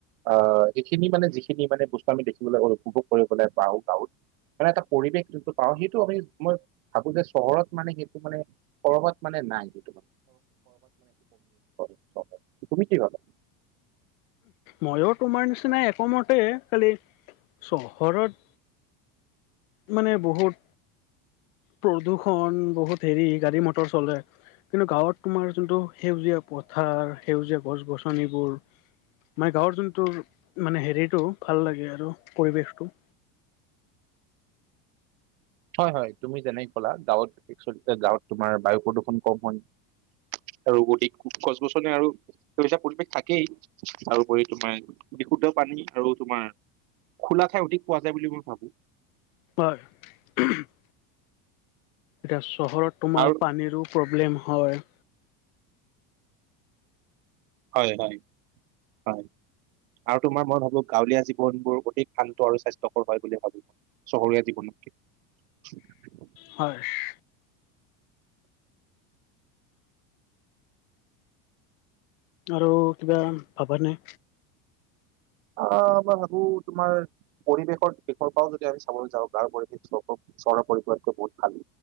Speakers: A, on the right (about 75°); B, on the left (about 80°).
A: আহ', এইখিনি মানে যিখিনি মানে বস্তু আমি দেখিবলৈ উপভোগ কৰিব পাওঁ গাঁৱত। মানে এটা পৰিৱেশ যোনটো পাওঁ। সেইটো আমি মই ভাবো যে চহৰত মানে সেইটো মানে চহৰত মানে নাই, সেইটো। <unintelligible> <inaudible> তুমি কি ভাবা?
B: ময়ো তোমাৰ নিচিনা একমতেই খালি চহৰত মানে বহুত প্ৰদূষণ বহুত হেৰি গাড়ী-মটৰ চলে। কিন্তু গাঁৱত তোমাৰ যোনটো সেউজীয়া পথাৰ সেউজীয়া গছ-গছনিবোৰ মানে গাঁৱৰ যোনটো মানে হেৰিটো ভাল লাগে আৰু পৰিৱেশটো।
A: হয় হয়, তুমি যেনে কলা গাঁৱত একচুৱেলি গাঁৱত তোমাৰ বায়ু প্ৰদূষণ কম হয়। টু চিকি আৰু অধিক খুব গছ-গছনি আৰু সেউজীয়া পৰিৱেশ থাকেই তাৰোপৰি তোমাৰ বিশুদ্ধ পানী আৰু তোমাৰ খোলা ঠাই অধিক পোৱা যায় বুলি মই ভাবো।
B: হয়, উমহু উহু। এতিয়া চহৰত তোমাৰ
A: আৰু
B: পানীৰো প্ৰব্লেম হয়।
A: হয় হয় হয়। আৰু তোমাৰ মই ভাবো গাঁৱলীয়া জীৱনবোৰ অধিক শান্ত আৰু স্বাস্থ্যকৰ হয় বুলি ভাবো। চহৰীয়া জীৱনতকে চু অ অ আহ।
B: হয় এ হে। আৰু কিবা ভাবা নে?
A: আ আ আ মই ভাবো তোমাৰ পৰিৱেশৰ দিশৰ পৰাও যদি আমি চাবলৈ যাওঁ গাওঁৰ পৰিৱেশ ছৰ চহৰৰ পৰিপক্ষত কে বহুত ভাল।